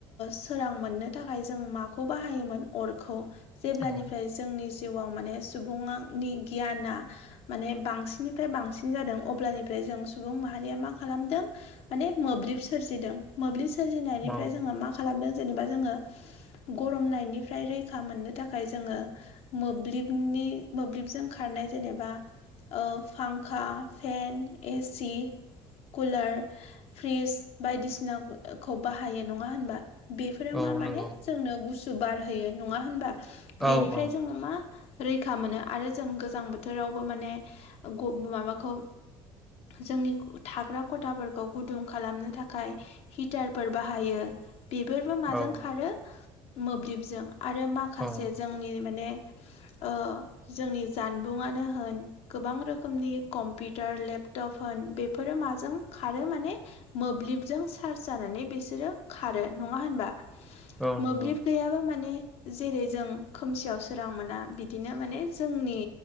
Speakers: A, on the left; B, in the centre.
A: सोरां ओ मोननो थाखाय जों माखौ बाहायोमोन अरखौ जेब्लानिफ्राय
B: औ
A: जोंनि जिउआव माने सुबुंयानि गियाना माने बांसिननिफ्राय बांसिन जादों अब्लानिफ्राय जों सुबुं माहारिया मा खालामदों माने मोब्लिब सोरजिदों मोब्लिब सोरजिनायनिफ्राय
B: औ
A: जोंङो मा खालामदों जेनेबा जोंङो गरमनायनिफ्राय रैखा मोननो थाखाय जोंङो मोब्लिबनि मोब्लिबजों खारनाय जेनेबा ओ फांखा, फेन, एसि कुलार, फ्रिज बायदिसिना खौ बाहायो नंङा होनबा? बेफोरो
B: औ
A: मा माने
B: नंगौ
A: जोंनो गुस उ बार होयो नंङा होनबा बेनिफ्राय
B: औ औ
A: जोंङो मा रैखा मोनो आरो जों गोजां बोथोरावबो माने ग माबाखौ जोंनि थाग्रा खथाफोरखौ गुदुं खालामनो थाखाय हिटारफोर बाहायो बेफोरबो माजों
B: औ
A: खारो मोब्लिबजों आरो मा खासे
B: औ
A: जोंनि माने ओ जोंनि जानबुं आनो होन गोबां रोखोमनि कम्पिउटार, लेपटप होन बेफोरो माजों खारो माने मोब्लिबजों चार्ज जानानै बिसोरो खारो नंङा होनबा?
B: औ
A: मोब्लिब
B: नंगौ
A: गैयाबो माने जेरै जों खोमसियाव सोरां मोना बिद बिनो माने जोंनि